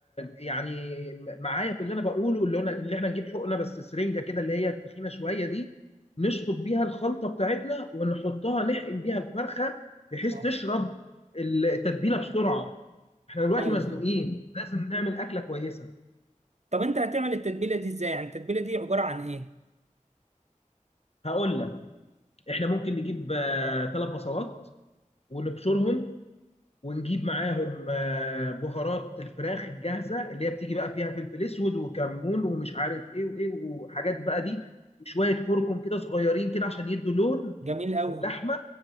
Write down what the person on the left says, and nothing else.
يعني معايا في اللي انا بقوله اللي انا اللي احنا نجيب حقنه بس سرنجه كده اللي هي التخينه شويه دي نشفط بيها الخلطه بتاعتنا ونحطها نحقن بيها الفرخه بحيث
تشرب التتبيله بسرعه احنا دلوقتي
مزنوقين
لازم نعمل اكله كويسه
هقول لك احنا ممكن نجيب ثلاث بصلات ونبشرهم ونجيب معاهم آه، بهارات الفراخ الجاهزه اللي هي بتيجي بقى فيها فلفل اسود وكمون ومش عارف ايه وايه وحاجات بقى دي وشويه كركم كده صغيرين كده عشان يدوا لون
للحمه